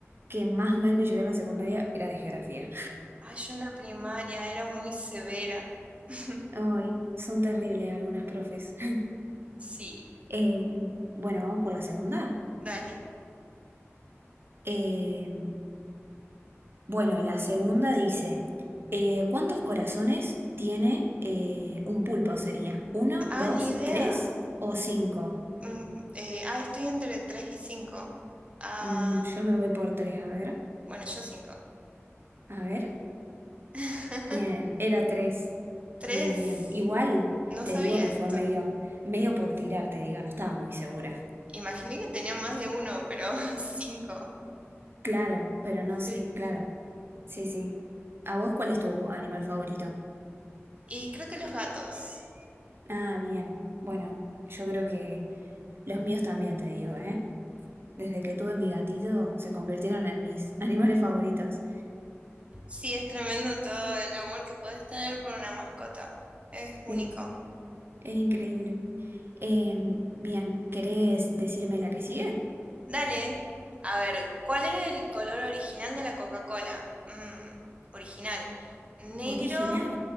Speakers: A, on the right (about 50°); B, on the right (about 25°).
A: que más mal me llevó a la secundaria era de geografía.
B: Ay, yo en la primaria era muy severa. <laughs>
A: <laughs> Ay, son terribles algunas profes. <laughs>
B: Sí,
A: Eh, bueno, vamos por la segunda.
B: Dale.
A: Eh, bueno, la segunda dice, eh, ¿cuántos corazones tiene eh, un pulpo? ¿Sería uno,
B: Ah,
A: dos,
B: ni idea.
A: tres o cinco?
B: Mm, eh, ah, estoy entre 3 y cinco, Ah,
A: Mm, yo me voy por tres, a ver.
B: bueno, yo 5,
A: A ver.
B: <laughs>
A: Bien, era tres.
B: tres,
A: Bien, bien. Igual
B: No
A: te
B: sabía
A: digo que
B: esto.
A: fue medio, medio por tirar, te digo, no estaba muy segura.
B: Imaginé que tenían más de uno, pero <laughs> cinco,
A: Claro, pero no,
B: Sí.
A: sí, claro. Sí, sí. ¿A vos cuál es tu animal favorito?
B: Y creo que los gatos.
A: Ah, bien. Bueno, yo creo que los míos también, te digo, ¿eh? Desde que tuve mi gatito, se convirtieron en mis <laughs> animales favoritos.
B: Sí, es tremendo todo el amor que puedes tener por una mascota. Es único.
A: Sí, es increíble. Em, bien, ¿querés decirme la que sigue?
B: Dale. A ver, ¿cuál era el color original de la Coca-Cola? Mm, original. Negro,
A: Original.